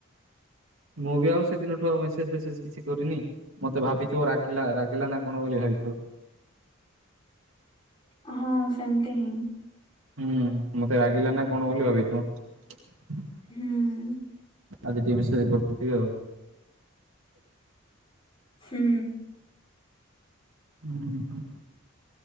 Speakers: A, on the right; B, on the left.
A: ମୁଁ ବି ଆଉ ସେଦିନଠୁ ଆଉ ମେସେଜ ଫେସେଜ କିଛି କରିନି। ମତେ ଭାବିଥିବ ରାଗିଲା ରାଗିଲା ନା କଣ ବୋଲି ଭାବିଥିବ।
B: ହଁ ସେମତି ହିଁ।
A: ହୁଁ ମତେ ରାଗିଲା ନା କଣ ବୋଲି ଭାବିଥିବ।
B: ହୁଁ
A: ଆଜି ଟିଏମେସେ କରିଥିଲେ ଆଉ।
B: ହୁଁ।
A: ହୁଁ ହୁଁ।